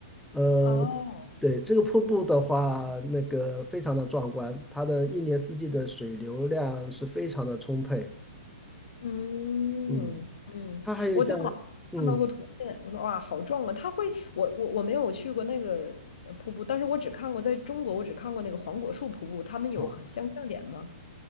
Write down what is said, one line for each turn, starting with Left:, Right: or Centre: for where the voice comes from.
Centre: 呃，
Left: 哦
Centre: 对，这个瀑布的话，那个非常的壮观，它的一年四季的水流量是非常的充沛。
Left: 嗯嗯，
Centre: 嗯，它还有像，
Left: 我在网上看到过图片，
Centre: 嗯，
Left: 我说哇，好壮啊！它会，我我我没有去过那个呃瀑布，但是我只看过在中国，我只看过那个黄果树瀑布，他们有很相像点吗？
Centre: 好。